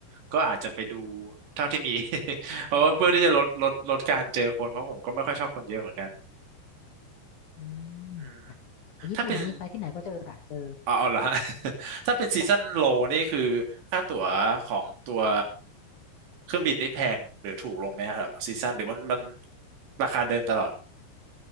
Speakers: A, on the right; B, on the left.
A: ก็อาจจะไปดูเท่าที่มี <laughs> เพราะว่าเพื่อที่จะลดลดลดการเจอคนเพราะผมก็ไม่ค่อยชอบคนเยอะเหมือนกัน
B: อืมค่ะแต่ญี่ปุ่นนี่ไปที่ไหนก็เจอค่ะเจอ
A: อืมถ้าเป็นอ๋อเอาเหรอฮะ <laughs> ถ้าเป็นซีซั่นโลนี่คือค่าตั๋วของตัวเครื่องบินนี่แพงหรือถูกลงไหมครับซีซั่นหรือมันมันราคาเดิมตลอด